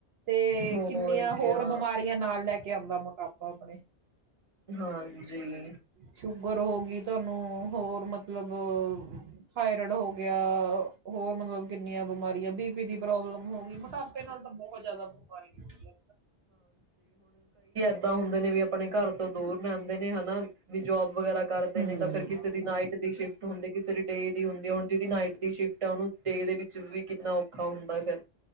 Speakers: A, on the right; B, on the right.
A: ਤੇ
B: ਹੋਰ
A: ਕਿੰਨੀਆਂ ਹੋਰ
B: ਕਿਆ
A: ਬਿਮਾਰੀਆਂ ਨਾਲ ਲੈ ਕੇ ਆਉਂਦਾ, ਮੋਟਾਪਾ ਆਪਣੇ
B: ਹਾਂਜੀ।
A: ਸ਼ੂਗਰ, ਹੋ ਗਈ ਤੋਨੂੰ ਹੋਰ ਮਤਲਬ ਥਾਇਰੋਡ, ਹੋਗ ਹੋਰ ਮਤਲਬ ਕਿੰਨੀਆਂ ਬਿਮਾਰੀਆਂ ਬੀਪੀ, ਦੀ ਪ੍ਰੋਬਲਮ ਹੋ ਗਈ ਮੋਟਾਪੇ ਨਾਲ ਤਾਂ ਬਹੁਤ ਜਿਆਦਾ ਬਿਮਾਰੀ ਹੁੰਦੀ ਆ
B: ਇੱਦਾਂ ਹੁੰਦੇ ਨੇ ਵੀ ਆਪਣੇ ਘਰ ਤੋਂ ਦੂਰ ਨੇ ਜਾਂਦੇ ਨੇ ਹਨਾ, ਵੀ ਜੋਬ ਵਗੈਰਾ ਕਰਦੇ
A: ਹੂੰ
B: ਨੇ, ਤਾਂ ਫਿਰ ਕਿਸੇ ਦੀ ਨਾਈਟ ਦੀ ਸ਼ਿਫਟ ਹੁੰਦੀ ਕਿਸ ਦ ਡੇ ਦੀ ਹੁੰਦੀ ਹੁਣ ਜਿਹਦੀ ਨਾਈਟ ਦੀ ਸ਼ਿਫਟ ਉਹਨੂੰ ਡੇ ਦੇ ਵਿੱਚ ਵੀ ਕਿੰਨਾ ਔਖਾ ਹੁੰਦਾ ਫਿਰ